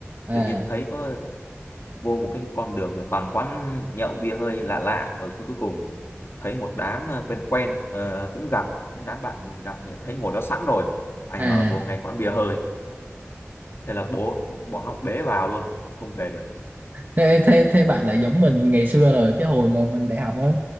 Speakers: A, on the right; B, on the left.
A: à,
B: tự nhiên thấy có vô một cái con đường mà toàn quán nhậu bia hơi lạ lạ ở cuối cuối cùng thấy một đám ờ, quen quen ờ, cũng gặp đám bạn gặp để thấy ngồi đó sẵn rồi ai
A: à.
B: ngờ vô ngay quán bia hơi thế là bố bọn nó bế vào luôn không về được
A: Thế, thế, thế bạn lại giống mình ngày xưa rồi, cái hồi mà mình đại học á.